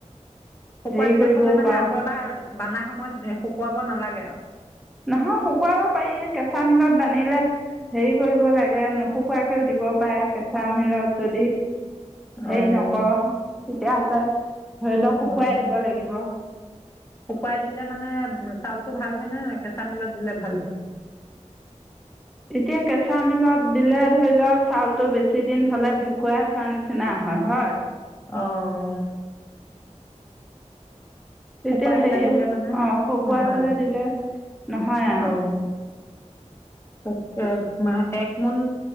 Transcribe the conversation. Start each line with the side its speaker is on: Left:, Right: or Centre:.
Left: শুকুৱাই
Centre: হেৰি
Left: পেলাই
Centre: কৰিবও
Left: থলে মানে
Centre: পাৰ
Left: আকৌ এবাৰ বানা সময়ত শুকুৱাব নালাগে আৰু।
Centre: নহয় শুকোৱাব পাৰি কেঁচা মিলত বানিলে হেৰি কৰিব লাগে নুশুকোৱাকেও দিব পাৰে কেঁচা মিলত যদি হেৰি
Left: অঁ
Centre: নকৰ তেতিয়া হ'লে ধৰি লওক শুকুৱাই
Left: অঁ
Centre: দিব লাগিব
Left: শুকুৱাই দিলে মানে উ চাউলটো ভাল হয় নে কেঁচা মিলত দিলে ভাল হয়
Centre: এতিয়া কেঁচা মিলত দিলে ধৰি লওক চাউলটো বেছিদিন থ'লে ভেকুৱাই ধৰা নিচিনা হয় হয়।
Left: অ অ
Centre: তেতিয়া
Left: শুকুৱাই
Centre: হেৰি
Left: পেলাই দিলে
Centre: অ
Left: মানে
Centre: শুকুৱাই
Left: নহয়
Centre: পেলাই
Left: আৰু।
Centre: দিলে নহয় আ।
Left: অ'।
Centre: <inaudible>
Left: তাকে একমন